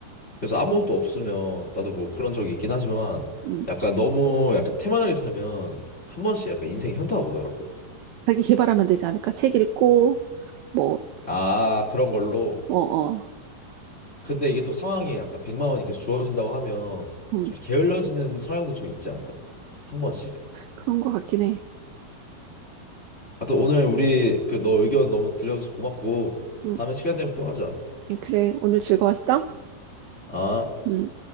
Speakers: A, on the left; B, on the right.
A: 그래서 아무것도 없으면 나도 뭐 그런 적이 있긴 하지만
B: 음,
A: 약간 너무 약간 태만하게 살면 한 번씩 약간 인생이 현타가 오더라고.
B: 자기 개발하면 되지 않을까 책 읽고 뭐
A: 아, 그런 걸로.
B: 어 어
A: 근데 이게 또 상황이 약간 백만 원이 계속 주어진다고 하면
B: 음,
A: 좀 게을러지는 성향도 좀 있지 않을까? 한 번씩.
B: 그런 거 같긴 해
A: 하여튼 오늘 우리 그 너 의견 너무 들려줘서 고맙고
B: 음,
A: 다음에 시간 되면 또 하자.
B: 그래 오늘 즐거웠어?
A: 아.
B: 음.